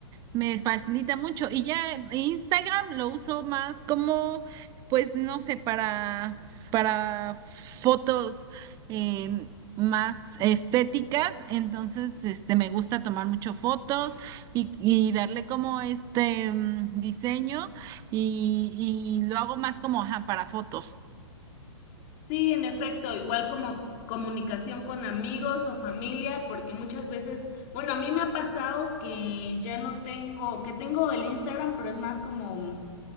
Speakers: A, on the right; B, on the left.
A: me facilita mucho y ya Instagram lo uso más como pues no sé, para, para fotos eh, más estéticas, entonces este me gusta tomar mucho fotos y, y darle como este mm, diseño y, y lo hago más como ajá, para fotos.
B: Sí, en efecto, igual como comunicación con amigos o familia, porque muchas veces, bueno, a mí me ha pasado que ya no tengo, que tengo el Instagram, pero es más como... mm,